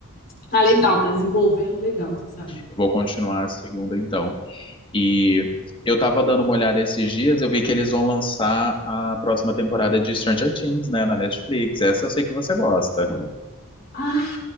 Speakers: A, on the left; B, on the left.
A: tá legal, tá desenvolvendo legal, sabe?
B: Eu vou continuar a segunda então. E eu tava dando uma olhada esses dias, eu vi que eles vão lançar a próxima temporada de Stranger Things, né, na Netflix. Essa eu sei que você gosta.
A: Ah,